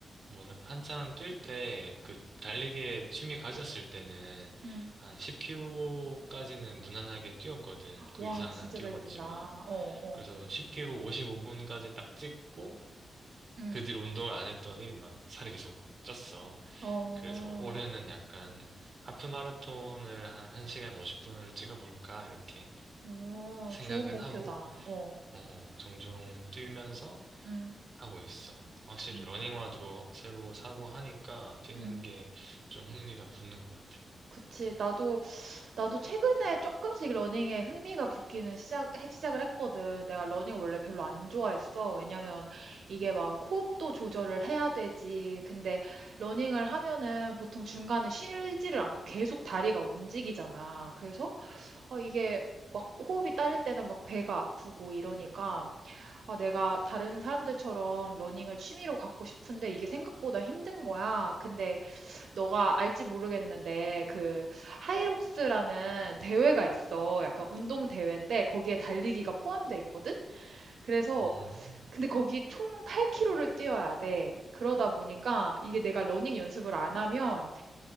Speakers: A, on the right (about 30°); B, on the right (about 60°).
A: 뭐, 한창 뛸 때, 그, 달리기에 취미 가졌을 때는
B: 음.
A: 한 10km까지는 무난하게 뛰었거든. 그
B: 와,
A: 이상은
B: 진짜
A: 안 뛰어봤지만.
B: 잘 뛴다. 어, 어.
A: 그래서 1 0 k 오 55분까지 딱 찍고,
B: 음.
A: 그 뒤로 운동을 안 했더니 막 살이 계속 쪘어.
B: 어,
A: 그래서 올해는 약간 하프 마라톤을 한 1시간 50분을 찍어볼까, 이렇게
B: 어,
A: 생각은
B: 좋은 목표다.
A: 하고,
B: 어,
A: 어, 어, 종종 뛰면서
B: 음,
A: 하고 있어. 확실히
B: 음,
A: 러닝화도 새로 사고 하니까 뛰는
B: 음.
A: 게 좀 흥미가 붙는 것 같아.
B: 그치. 나도, 나도 최근에 조금씩 러닝에 흥미가 붙기는 시작, 해- 시작을 했거든. 내가 러닝 원래 별로 안 좋아했어. 왜냐면 이게 막 호흡도 조절을 해야 되지. 근데 러닝을 하면은 보통 중간에 쉬지를 않고 계속 다리가 움직이잖아. 그래서, 어, 이게 막 호흡이 딸릴 때는 막 배가 아프고 이러니까 아, 내가 다른 사람들처럼 러닝을 취미로 갖고 싶은데 이게 생각보다 힘든 거야. 근데 너가 알지 모르겠는데 그 하이록스라는 대회가 있어. 약간 운동 대회인데 거기에 달리기가 포함돼 있거든? 그래서
A: 음.
B: 근데 거기 총 8km를 뛰어야 돼. 그러다 보니까 이게 내가 러닝 연습을 안 하면